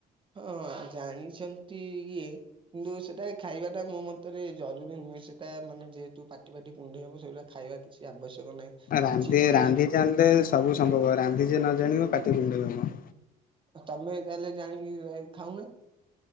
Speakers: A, on the right (about 30°); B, on the left (about 55°).
A: ହଁ ଜାଣିଛନ୍ତି ଇଏ କିନ୍ତୁ ସେଟା ଖାଇବା ଟା ମୋ ମତରେ ଜରୁରୀ ସେଟା ମାନେ ଯେହେତୁ ପାଟି ପାାଟି କୁଣ୍ଡେଇ ହବ ସେଗୁରା ଖାଇବା କିଛି ଆବଶ୍ୟକ ନାହିଁ।
B: ରାନ୍ଧି
A: କିଛି କୌଣସି
B: ରାନ୍ଧି ଜାଣିଲେ ସବୁ ସମ୍ଭବ ରାନ୍ଧି ଯିଏ ନ ଜାଣିବ ପାଟି କୁଣ୍ଡେଇ ହବ।
A: ଉ ତମେ ତାହେଲେ ଜାଣିକି ଖାଉନ?